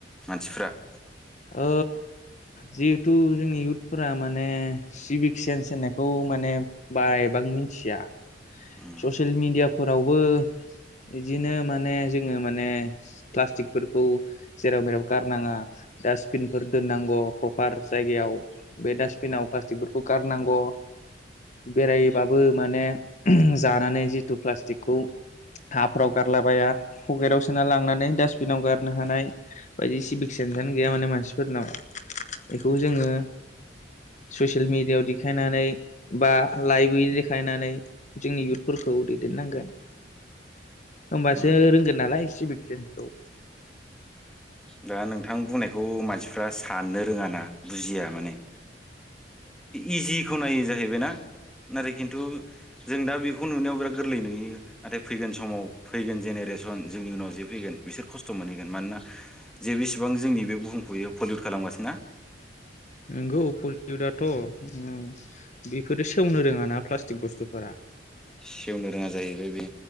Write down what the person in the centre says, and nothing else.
मानसिफ्रा
उम
उम
दा नोंथां बुंनायखौ मानसिफ्रा साननो रोङा ना बुजिया माने इजि खौ नायो जाहैबायना नाथाय खिन्थु जों दा बेखौ नुनायाव बिराद गोरलै नुयो नाथाय फैगोन समाव फैगोन जेनेरेसन जोंनि उनाव जे फैगोन बिसोर खस्थ' मोनहैगोन मानोना जे बिसेबां जोंनि बे बुहुमखौयो पलिउट खालाम गासिनो ना
सेवनो रोङा जाहैबाय बे